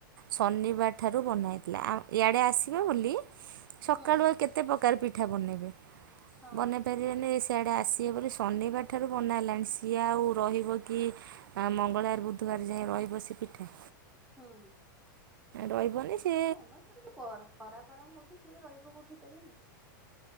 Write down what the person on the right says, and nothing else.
ଶନିବାରଠାରୁ ବନା ହେଇଥିଲା, ଇଆଡ଼େ ଆସିବେ ବୋଲି। ସକାଳୁ
ଆଉ କେତେ ପ୍ରକାର ପିଠା ବନେଇବେ?
ବନେଇ ପାରିବେନି, ସିଆଡ଼େ ଆସ ସିଏ ବୋଲି ଶନିବାର ଠାରୁ ବନା ହେଲାଣି। ସିଏ ଆଉ ରହିବ କି? ଆ ମଙ୍ଗଳବାର, ବୁଧବାର ଯାଏ ରହିବ ସେ ପିଠା!।
ରହିବନି ସେ